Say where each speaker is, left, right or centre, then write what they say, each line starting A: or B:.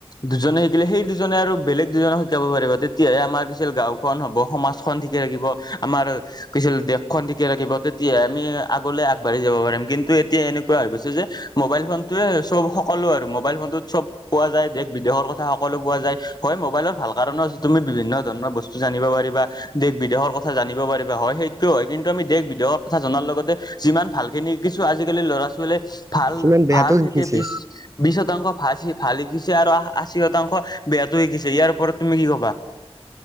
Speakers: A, on the left; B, on the right.
A: দুজনে শিকিলে সেই দুজনে আৰু বেলেগ দুজনক শিকাব পাৰিব তেতিয়াহে আমাৰ পিছে গাঁও। খন হব সমাজখন ঠিকে ৰাখিব আমাৰ- কিছু দেশখন ঠিকে ৰাখিব তেতিয়াহে আমি আগলৈ আগবাঢ়ি যাব পাৰিম কিন্তু এতিয়া এনেকুৱা হৈ গৈছে যে। মোবাইল ফোনটোৱে চব সকলো আৰু মোবাইল ফোনটোত চব পোৱা যায় দেশ। বিদেশৰ কথা সকলো পোৱা যায় হয় মোবাইলৰ ভাল কাৰণো আছে তুমি বিভিন্ন ধৰণৰ বস্তু জানিব পাৰিবা। দেশ বিদেশৰ কথা জানিব পাৰিবা হয় সেইটোও হয় কিন্তু আমি দেশ বিদেশৰ কথা জনাৰ লগতে- যিমান ভালখিনি শিকিছু আজিকালি লৰা ছোৱালীয়ে ভাল
B: ইমান বেয়াটো
A: ভাল
B: শিকিছে
A: সিকে বিশ- বিশ শতাংশ ফাল ভাল শিকিছে আৰু আশী শতাংশ বেয়াাত শিকিছে ইয়াৰ ওপৰত তুমি কি কবা?